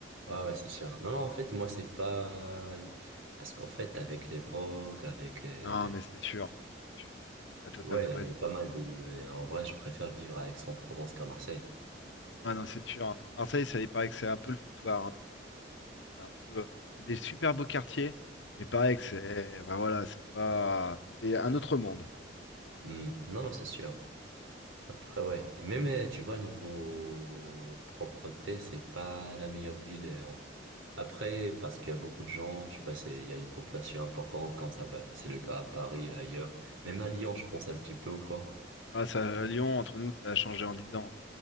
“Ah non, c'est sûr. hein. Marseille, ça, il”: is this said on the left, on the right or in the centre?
Left